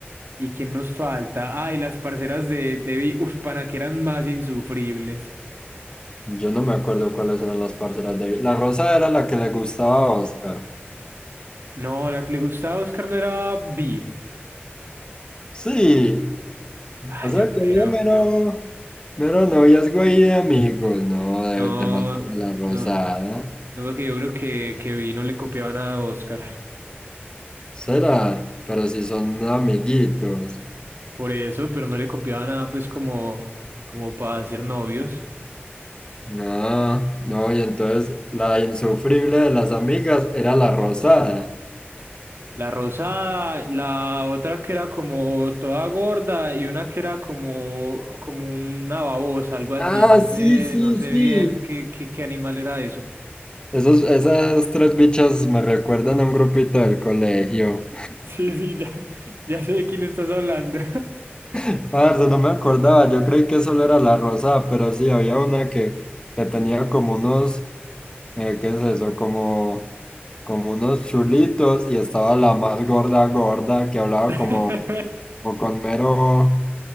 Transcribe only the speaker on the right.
¿Y quién nos falta? Ah, y las parceras de Debbie, uf, pana, que eran más insufribles.
No, la que le gustaba a Oscar no era Vi.
Ay,
yo creo.
No,
no, no, porque yo creo que, que vi no le copiaba nada a Oscar.
Por eso, pero no le copiaba nada, pues, como, como para ser novios.
La rosada, la otra que era como toda gorda y una que era como, como una babosa, algo así.
No
sé,
no sé
bien qué, qué, qué animal era eso.
<laughs> Sí, sí, ya, ya sé de quién estás hablando.
<laughs>